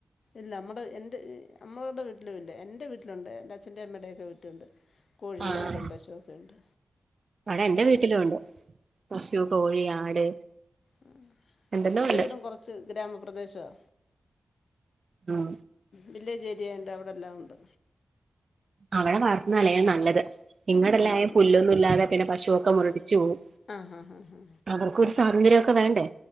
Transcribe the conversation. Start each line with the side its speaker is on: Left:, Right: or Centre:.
Left: ഇല്ല നമ്മുടെ എ് നമ്മടെ വീട്ടിലും ഇല്ല എൻ്ന്റെ വീട്ടിലുണ്ട് എ്ന്റെ അച്ഛന്റെറെ അമ്മയുടെക്കെ വീട്ടിലുണ്ട് കോഴി
Right: ആഹ്
Left: ആടും പശുവൊക്കെ ഉണ്ട്
Right: അവിടെ
Left: ഇവിടില്ല
Right: എൻറെ വീട്ടിലുണ്ട് പശു കോഴി ആട്
Left: ആ
Right: എന്തെല്ലോ
Left: എൻ്റെ
Right: ഉണ്ട്
Left: വീടും കുറച്ച് ഗ്രാമപ്രദേശവാ
Right: ഉം
Left: വില്ലേജ് ഏരിയ ഉണ്ട് അവിടെ എല്ലാം ഉണ്ട്
Right: അവിടെ വാർത്തുന്നാലേ നല്ലത് ഇങ്ങളടെല്ലായ
Left: ആന്നാന്ന്
Right: പുല്ലൊന്നും ഇല്ലാതെ പിന്നെ പശുവൊക്കെ മുരടിച് പോവും
Left: ആ ഹാ ഹാ ഹാ
Right: അവർക്കൊരു സ്വാതന്ത്രം ഒക്കെ വേണ്ടേ